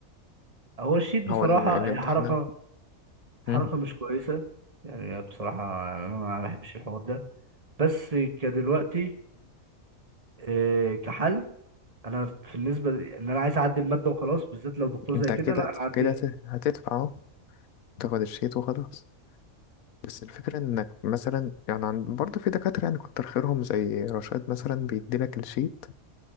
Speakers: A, on the right (about 30°); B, on the left (about 80°).
A: فهو الشيت بصراحه
B: هو ال- الامتحان
A: هي حركه حركه
B: مم.
A: مش كويسه يعني هي بصراحه يعني انا ما بحبش الحوار ده بس كدلوقتي اه، كحل انا بالنسبه ان انا عايز اعدي الماده وخلاص بالذات لو دكتور
B: أنت
A: زي كده
B: كده
A: لا انا اعديها
B: كده ت- هتدفع أهو تاخد الشيت وخلاص بس الفكرة إنك مثلا يعني عن- برضه في دكاترة يعني كتر خيرهم زي رشاد مثلا بيديلك الشيت